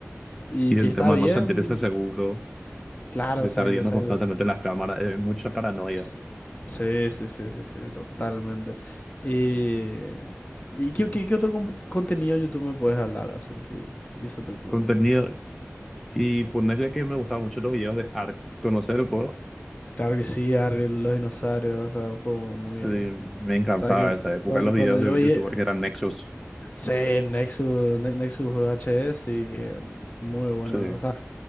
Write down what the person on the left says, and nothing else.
Y
que
está
bien,
claro,
exacto,
exacto.
S- Sí, sí, sí, sí, sí, totalmente. Y, ¿y qué, qué- qué otro compu- contenido en YouTube me puedes hablar? Así que, ¿qué se te ocurre?
Claro que sí, Ariel de los dinosaurios, o sea, un juego muy...
O sea, que
cuando,
cuando
yo
vi...
Sí, Nexus, Ne- Nexus H S y que muy bueno.
O sea,